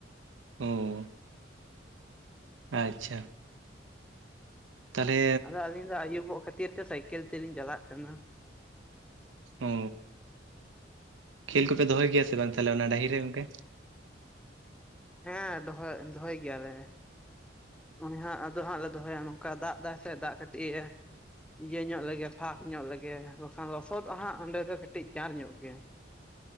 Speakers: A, on the right; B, in the centre.
A: ᱳ ᱟᱪᱪᱷᱟ। ᱛᱟᱦᱚᱞᱮ
B: ᱟᱫᱚ ᱟᱹᱞᱤᱧ ᱫᱚ ᱟᱭᱩᱵᱚᱜ ᱠᱷᱟᱹᱛᱤᱨ ᱛᱮ ᱥᱟᱭᱠᱮᱞ ᱛᱮᱞᱤᱧ ᱪᱟᱞᱟᱜ ᱠᱟᱱᱟ।
A: ᱚ ᱠᱷᱮᱞ ᱠᱚᱯᱮ ᱫᱚᱦᱚᱭ ᱜᱮᱭᱟ ᱥᱮ ᱵᱟᱝ ᱛᱟᱦᱚᱞᱮ ᱚᱱᱟ ᱰᱟᱹᱦᱤᱨ ᱨᱮ ᱜᱚᱝᱠᱮ?
B: ᱦᱮᱸ ᱫᱚᱦᱚᱭ ᱫᱚᱦᱚᱭ ᱜᱮᱭᱟᱞᱮ। ᱱᱚᱜᱼᱚᱭ ᱦᱟᱸᱜ ᱟᱫᱚ ᱦᱟᱸᱜ ᱞᱮ ᱫᱚᱦᱚᱭᱟ ᱱᱚᱝᱠᱟ ᱫᱟᱜ ᱮᱫᱟ ᱥᱮ ᱫᱟᱜ ᱠᱟᱹᱴᱤᱡᱼᱮᱻ᱾ ᱤᱭᱟᱹ ᱧᱚᱜ ᱞᱮᱜᱮ ᱯᱷᱟᱸᱠ ᱧᱚᱜ ᱞᱮᱜᱮ ᱵᱟᱝᱠᱷᱟᱱ ᱞᱚᱥᱚᱫᱚᱜ ᱦᱟᱸᱜ ᱚᱸᱰᱮ ᱫᱚ ᱠᱟᱹᱴᱤᱡ ᱪᱟᱨ ᱧᱚᱜ ᱜᱮᱭᱟ।